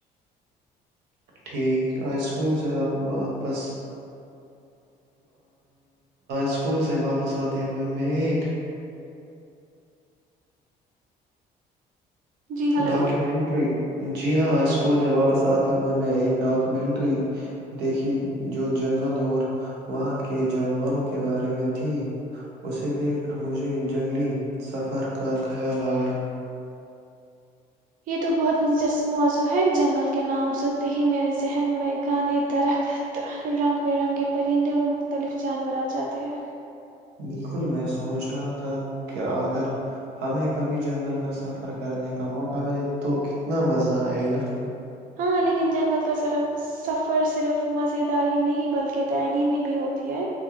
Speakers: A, on the right; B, on the right.
A: ٹھیک آ اسکول سے واپس اسکول سے واپس آتے ہوئے میں ایک
B: جی ہلو
A: ڈاکیومینٹری جی ہاں اسکول سے واپس آتے ہوئے میں ایک ڈاکومینٹری دیکھی جو جنگل اور وہاں کے جانوروں کے بارے میں تھی اسے دیکھ کر مجھے جنگلی سفر کا خیال آیا
B: یہ تو بہت دلچسپ موضوع ہے جنگل کے نام سنتے ہی میرے ذہن میں گانے درخت رنگ برنگے پرندے اور مختلف جانور آ جاتے ہیں
A: بالکل میں سوچ رہا تھا کہ اگر ہمیں کبھی جنگل کا سفر کرنے کا موقع ملے تو کتنا مزہ آئے گا
B: ہاں لیکن جنگل تو سرف سف پر صرف مزے دار ہی نہیں بلکہ تعلیمی بھی ہوتی ہے